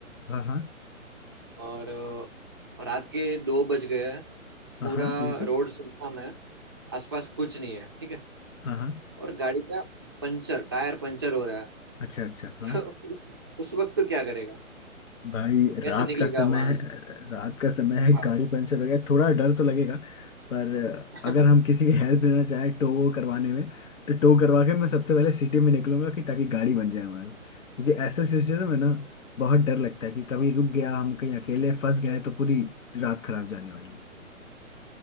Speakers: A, on the left (about 70°); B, on the right (about 20°).
A: हाँ हाँ
B: और अ, रात के दो बज गए हैं
A: हाँ
B: पूरा
A: हाँ बिल्कुल
B: रोड सुनसान है आसपास कुछ नहीं है ठीक है
A: हाँ हाँ
B: और गाड़ी का पंचर टायर पंचर हो रहा
A: अच्छा अच्छा
B: है
A: हाँ
B: <laughs> तो उस वक्त तो क्या करेगा
A: भाई
B: कैसे
A: रात
B: निकलेगा
A: का समय
B: वहां
A: है
B: से
A: रात का समय है
B: हाँ
A: गाड़ी पंचर हो गया थोड़ा डर तो लगेगा पर
B: <laughs>
A: अगर हम किसी की हेल्प लेना चाहे टो करवाने में तो टो करवा के मैं सबसे पहले सिटी में निकलूंगा कि ताकि गाड़ी बन जाए हमारी क्योंकि ऐसे सिचुएशन में ना बहुत डर लगता है कि कभी रुक गया हम कहीं अकेले फंस गए तो पूरी रात खराब जाने वाली है